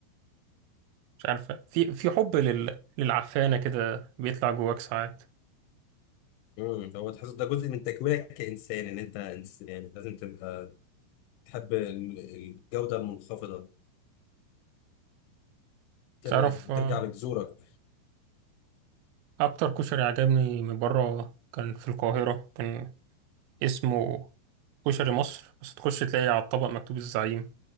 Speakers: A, on the right; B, on the left.
A: مش عارفه في في حب لل... للعفانه كده بيطلع جواك ساعات
B: امم هو تحس ده جزء من تكوينك كإنسان ان انت إنس- يعني لازم تبقى تحب ال- الجودة المنخفضة تر-
A: تعرف آه،
B: ترجع لجذورك
A: اكتر كشري عجبني من بره كان في القاهره كان اسمه كشري مصر بس تخش تلاقي على الطبق مكتوب الزعيم